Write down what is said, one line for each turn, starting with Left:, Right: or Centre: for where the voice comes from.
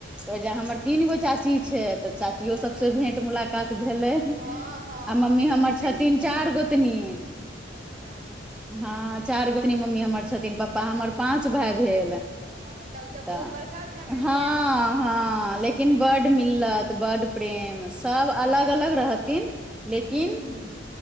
Centre: ओइजे हमर तीनगो चाची छै, तऽ चाचियो
Right: अच्छा
Centre: सबसे भेंट मुलाकात भेलै।
Right: हँ हँ
Centre: आ मम्मी
Right: ओ तऽ
Centre: हमर
Right: होइते
Centre: छथिन चार गोतनी।
Right: अच्छा
Centre: हँ चार गोतनी मम्मी हमर छथिन, पप्पा हमर पाँच भाय भेल।
Right: हँ तब
Centre: तऽ
Right: बहुत बड़का फैमिली
Centre: हँ
Right: यऽ अहाँके
Centre: हँ लेकिन लेकिन बड मिलत बड प्रेम सब
Right: हँ
Centre: अलग अलग रहथिन लेकिन
Right: हूँ हूँ